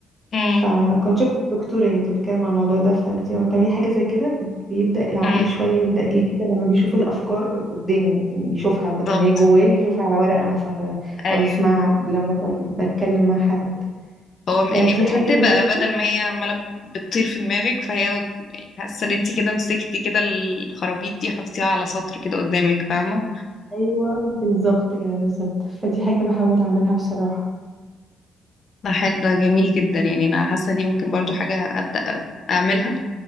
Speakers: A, on the left; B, on the right.
A: امم
B: فكنت شفت الدكتوره يعني كانت بتتكلم عن الموضوع ده فانت لما بتعملي حاجه زي كده بيبدا العقل
A: امم
B: شويه يبدا يهدى لما بيشوف الافكار قدامه يعني بيشوفها بدل
A: بالظبط
B: ما هي جواه بيشوفها على ورقه مثلا
A: اي
B: او يسمعها لو مثلا بتكلم مع حد
A: هو م- هي
B: فدي
A: مترتبة
B: حاجه دلوقتي
A: بدل ما هي عمالة بتطير في دماغك فهي حاسة ان انتي كده مسكتي كده الخرابيط دي حطيتيها على سطر كده قدامك فاهمة
B: ايوه بالظبط كده بالظبط فدي حاجه بحاول اعملها بصراحه
A: ده حلو ده جميل جدا يعني انا حاسه إن دي ممكن برضو حاجه ابدا اعملها